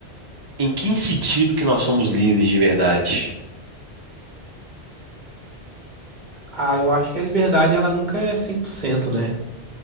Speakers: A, on the right (about 25°); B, on the right (about 45°).
A: em que sentido que nós somos livres de verdade?
B: Ah, eu acho que a liberdade ela nunca é 100%, né?